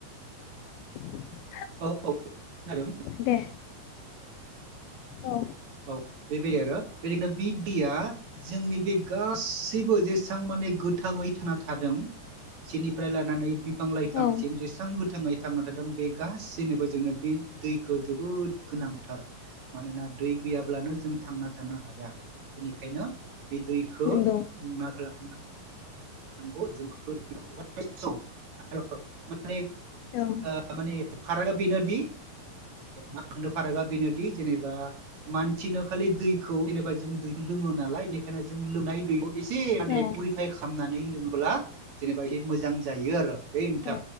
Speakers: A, on the left; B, on the right.
A: <inaudible>
B: औ औ खोनादों।
A: दे औ।
B: औ <unintelligible> बेनिखायनो बे दैया जोंनि गासै थैबो जेसां माने गोथाङै थांना थादों सेनिफ्राय लानानै फां लाइफांसिम
A: औ
B: जेसां गोथाङै थांना थादों बे गासैनोबो जोंनो बे दैखो जोबोद गोनांथार मानोना दै गैयाब्लानो जों थांना थानो हाया बेनिखायनो बे दैखो
A: नंगौ
B: मा खालाम नांगौ <unintelligible> माने
A: औ
B: ओ माने फारागा बेनोदि मानो फारागा बेनोदि जेनेबा मानसिनो खालि दैखौ जेनेबा जों दैखो लोङो नालाय बेनिखायनो जों लोनाय दै खौ एसे माने
A: औ
B: पुरिफाइ खामनानै लोङोब्ला जेनेबा एसे मोजां जायो आरो। बे नोंथां
A: औ